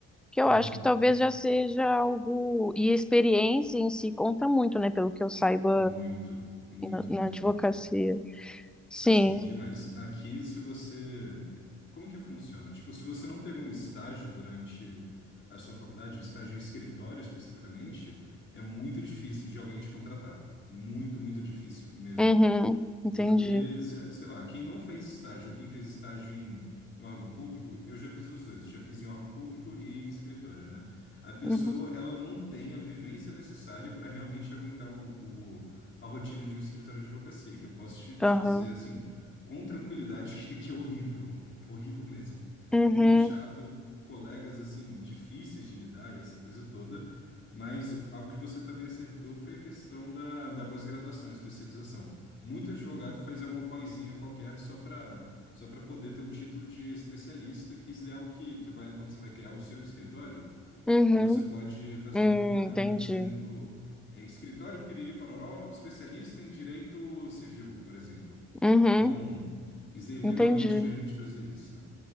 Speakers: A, in the centre; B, on the left (about 40°).
A: que eu
B: Uhum.
A: acho que talvez já seja algo, e a experiência em si conta muito, né, pelo que eu saiba
B: Muito, muito,
A: na, na
B: muito,
A: advocacia.
B: muito.
A: Sim,
B: Assim, demais. Aqui, se você. é, Como que funciona? Tipo, se você não pegou um estágio durante a sua faculdade, um estágio em escritório especificamente, é muito difícil de alguém te contratar. Muito, muito difícil mesmo.
A: uhum, entendi.
B: Porque, se- sei lá, quem não fez estágio ou quem fez estágio em, em órgão público, eu já fiz os dois, já fiz em órgão público e em escritório, né? A pessoa,
A: Uhum,
B: ela não tem a vivência necessária para realmente aguentar o, o- a rotina de um escritório de advocacia, que eu posso te, te
A: aham,
B: dizer, assim, com tranquilidade, <laughs> que, que é horrível, horrível mesmo.
A: uhum,
B: Muito chato, colegas, assim, difíceis de lidar e essa coisa toda. Mas algo que você também acertou foi a questão da, da pós-graduação, especialização. Muito advogado faz alguma poesinha qualquer só para só para poder ter o título de especialista, que isso é algo que, que vale quando você vai criar o seu escritório,
A: uhum,
B: que você pode fazer
A: hum,
B: uma propaganda
A: entendi,
B: dizendo é, escritório Piriri Pororó, especialista em direito civil, por exemplo.
A: uhum,
B: Então, isso aí legalmente
A: entendi.
B: permite fazer isso.